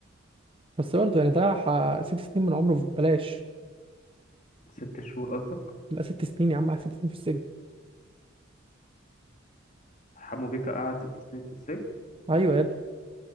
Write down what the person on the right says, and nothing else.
بس برضه يعني ضيع ح- ست سنين من عمره ببلاش
لا ست سنين يا عم قعد ست سنين في السجن
ايوه يا ابني